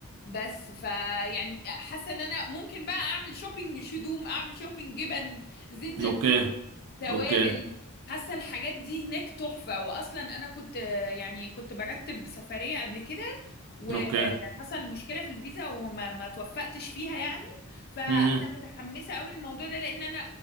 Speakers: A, on the left; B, on the right.
A: بس فيعني حاسه ان انا ممكن بقى اعمل شوبينج شدوم اعمل شوبينج جبن زيت زيتون
B: اوكي
A: توابل
B: اوكي
A: حاسه الحاجات دي هناك تحفه واصلا انا كنت آه، يعني كنت برتب سفريه قبل كده وحصل
B: اوكي
A: مشكله في الفيزا وما ما توفقتش فيها يعني فانا
B: مهم.
A: متحمسه قوي للموضوع ده لان انا